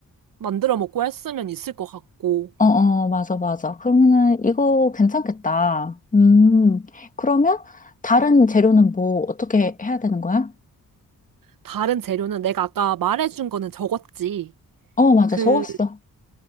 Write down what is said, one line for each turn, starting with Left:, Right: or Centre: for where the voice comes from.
Right: 만들어 먹고 했으면 있을 것 같고.
Left: 어, 맞아, 맞아. 그러면은 이거 괜찮겠다. 음, 그러면 다른 재료는 뭐 어떻게 해야 되는 거야?
Right: 다른 재료는 내가 아까 말해준 거는 적었지.
Left: 어, 맞아.
Right: 그,
Left: 적었어.